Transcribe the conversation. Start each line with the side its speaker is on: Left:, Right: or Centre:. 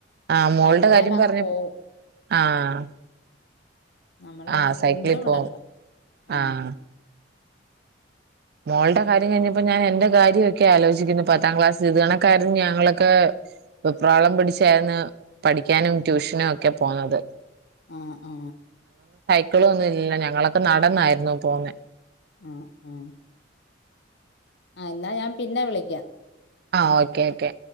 Right: ആഹ് മോളുടെ
Left: സൈക്കിളേൽ
Right: കാര്യം
Left: അങ്ങ്
Right: പറഞ്ഞ
Left: പോവും
Right: ആഹ്
Left: ഉം നമ്മള് പിന്നെ
Right: ആഹ് സൈക്കിളിൽ
Left: കൊണ്ട് വിടണ്ട
Right: പോവും.
Left: ആ
Right: ആഹ് മോൾടെ കാര്യം കഴിഞ്ഞപ്പോ ഞാൻ എൻ്റെ കാര്യൊക്കെ ആലോചിക്കുന്നു പത്താം ക്ലാസ്സിതു കണക്കാരുന്നു ഞങ്ങളൊക്കെ വെപ്രാളം പിടിച്ചായിരുന്നു പഠിക്കാനും ട്യൂഷനും ഒക്കെ പോകുന്നത്
Left: ആ ആ
Right: ക്കളൊന്നുല്ല ഞങ്ങളൊക്കെ നടന്നായിരുന്നു പോന്നെ
Left: ആ ആ ആ എന്നാ ഞാൻ പിന്നെ വിളിക്കാം
Right: ആ ഓക്കെ ഓക്കെ